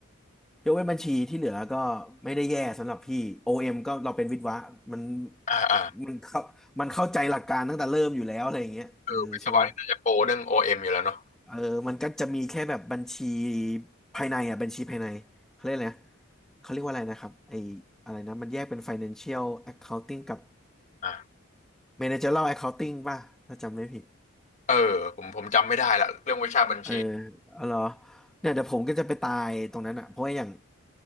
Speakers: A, in the centre; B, on the left.
A: ยกเว้นบัญชีที่เหลือก็ไม่ได้แย่สำหรับพี่ OM ก็เราเป็นวิศวะมัน
B: อ่าอ่า
A: มันเข้ามันเข้าใจหลักการตั้งแต่เริ่มอยู่แล้วอะไรอย่างเงี้ยเออใช่ป่ะ
B: เออวิศวะนี่น่าจะโปรเรื่อง OM อเอ็มอยู่แล้วเนาะ
A: เออมันก็จะมีแค่แบบบัญชีภายในอ่ะบัญชีภายในเขาเรียกอะไรนะเขาเรียกว่าอะไรนะครับไออะไรนะมันแยกเป็น financial accounting กับ
B: อ่า
A: managerial accounting ป่ะถ้าจำไม่ผิด
B: เออผมผมจำไม่ได้ละเรื่องวิชาบัญชี
A: เออเอาเหรอเนี่ยเดี๋ยวผมก็จะไปตายตรงนั้นอ่ะเพราะว่าอย่าง